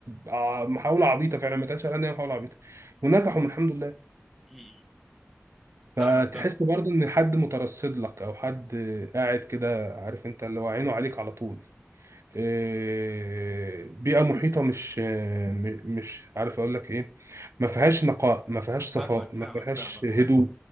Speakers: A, on the right; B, in the centre.
A: ع- محاوله عبيطه فعلا ما تقالش عليها إن هي محاوله عبيطه ونجحوا الحمد لله
B: مم.
A: فتحس
B: فاهمك فاهم
A: برضو ان حد مترصد لك او حد آه، قاعد كده عارف انت اللي هو عينه عليك على طول آه، بيئة محيطة مش آه، م- مش عارف أقول لك إيه ما فيهاش نقاء ما فيهاش صفاء
B: فاهمك
A: ما
B: فاهمك
A: فيهاش
B: فاهمك
A: هدوء
B: فاهمك